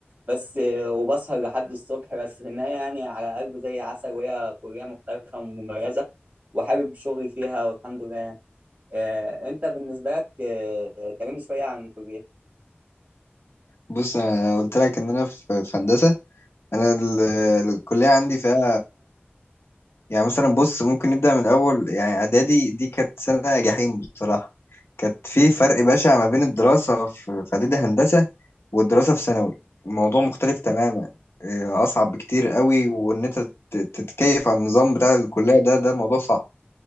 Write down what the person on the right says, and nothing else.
بس وبسهر لحد الصبح بس في النهاية يعني على قلب زي عسل وهي كلية مختلفة ومميزة وحابب شغلي فيها والحمد لله يعني آه، أنت بالنسبة لك آه، كلمني شوية عن الكلية